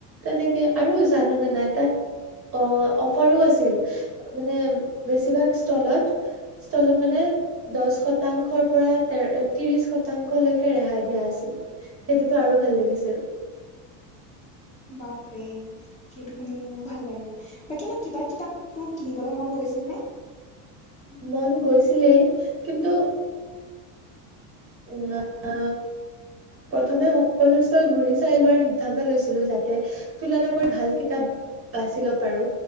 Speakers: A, on the right (about 30°); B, on the left (about 15°).
A: তেনেকে আৰু জানোনে নাই তাত অ অফাৰো আছিল মানে বেছিভাগ ষ্টলত <unintelligible> মানে দহ শতাংশৰ পৰা তে ত্ৰিশ শতাংশলৈকে ৰেহাই দিয়া আছিল। সেইটোতো আৰু ভাল লাগিছিল।
B: বাপৰে সেইটো শুনি মোৰো ভাল লাগিল, বাকী এনে কিবা কিতাপ তোৰ কিনিবলৈ মন গৈছিল নে?
A: মন গৈছিলেই কিন্তু না আ প্ৰথমে হ'ব সকলো চৰ ঘূৰি চাই লোৱাৰ সিদ্ধান্ত লৈছিলো যাতে তুলনাকৈ ভাল কিতাপ বাচি লপ পাৰো